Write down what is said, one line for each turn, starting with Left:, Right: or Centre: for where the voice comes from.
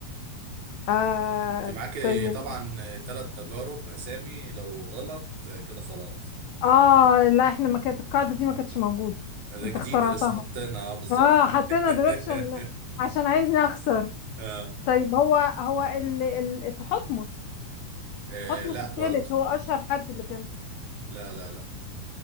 Left: آه
Right: انت معاك
Left: طيب
Right: طبعا ثلاث تجارب أسامي لو غلط آه، كده خلاص
Left: اه لا احنا ما كانت القاعدة دي ما كانتش موجودة
Right: آه، ده
Left: انت
Right: جديدة
Left: اخترعتها
Right: لسه حاطينها آه، بالظبط
Left: اه حطينا دلوقتي
Right: <laughs>
Left: عشان عشان عايزني اخسر
Right: آه.
Left: طيب هو هو ال... ال... تحتمس
Right: آه
Left: تحتمس
Right: لا
Left: الثالث
Right: برضه
Left: هو اشهر حد اللي كان
Right: لا لا لا